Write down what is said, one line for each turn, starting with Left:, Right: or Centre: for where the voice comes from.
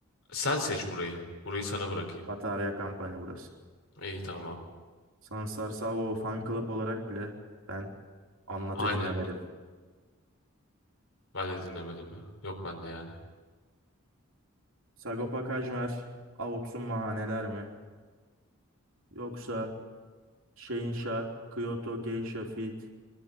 Left: sen seç burayı. Burayı sana bırakayım.
Right: Batarya Company burası.
Left: İyi tamam.
Right: Sansar Salvo Fan Club olarak bile ben Anlat'ı
Left: Aynen.
Right: dinlemedim.
Left: Ben de dinlemedim ya. Yok bende yani.
Right: Sagopa Kajmer avutsun mahaneler mi? Yoksa Şehinşah, Kyoto, Geisha Fit,